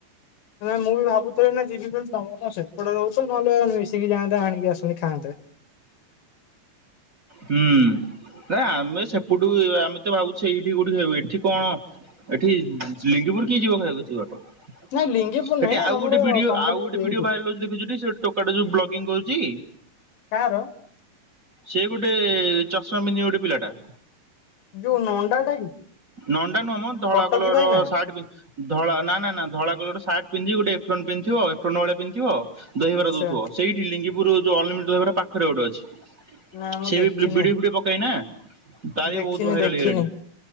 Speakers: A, on the left (about 75°); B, on the right (about 30°).
A: ମୁଁ ବି ଭାବୁଥିଲି ନା ଯିବି ବୋଲି ତଙ୍ଗ ସେ କୋଟେ ରହୁଛ ନହେଲେ ମିଶିକି ଯାଆନ୍ତତା ଆଣିକି ଆସନ୍ତି ଖାଆନ୍ତେ।
B: ହୁଁ ନା ଆମେ ସେପଟୁ ଆମେ ତ ଭାବୁଛ ଏଇଠି ଗୋଠିକେ ହେଉ ଏଠି କଣ ଏଠି ଲିଙ୍ଗପୁର କିଏ ଯିବ ଖାଇବାକୁ ଯିବା <unintelligible>
A: ନାଇଁ ଲିଙ୍ଗିପୁର
B: ସେଠି
A: ନାଇଁ
B: ଆଉ
A: ଆମର
B: ଗୋଟେ ଭିଡିଓ
A: ତମରି
B: ଆଉ ଗୋଟେ
A: ଏଇଠି
B: ଭିଡିଓ ଭାଇରାଲ ହୋଉଛି ଦେଖୁଛୁ ତ ସେ ଟୋକା ଟେ ଯୋ ବ୍ଲଗିଙ୍ଗ କରୁଚି।
A: କାହାର?
B: ସେ ଗୋଟେ ଚଷମା ବିିନ୍ଧି ଗୋଟେ ପିଲା ଟା।
A: ଯୋଉ ନଣ୍ଡା ଟା
B: ନଣ୍ଡା ନୁହଁ ମ ଯୋଉ ଧଳା
A: କଟକୀ
B: କଲର
A: ଭାଇ ନା
B: ସଟ ପନ୍ଧ ଧଳା ନା ନା ଧଳା କଲର ସାର୍ଟ ପିନ୍ଧିବି ଗୋଟେ ଫ୍ରନ୍ ପିନ୍ଧଥିବ ଏଫ୍ରୋ ଭଳିଳେ ପିନ୍ଧିବ। ଦହିବାର
A: ଆଚ୍ଛା
B: ଦଉଥିବ, ସେଇଠି ଲିଙ୍ଗିପୁର ଯୋଉ ଅନଲିମିଟେଡ ଦହିବାର ପାଖରେ ଗୋଟେ ଅଛି।
A: ନା ମୁଁ
B: ସେ
A: ଦେଖିନି
B: ବି ଭିଡିଓ ଭିଡି ପକେଇନା ତାରି
A: ଦେଖିନି
B: ବହୁତ ଭାଇରାଲ
A: ଦେଖିନି
B: ହେଇଗଲାଣି।